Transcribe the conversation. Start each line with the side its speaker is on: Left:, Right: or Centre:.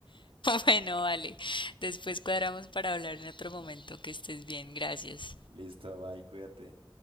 Left: Bueno, vale, después cuadramos para hablar en otro momento, que estés bien, gracias.
Right: Listo, bye, cuídate.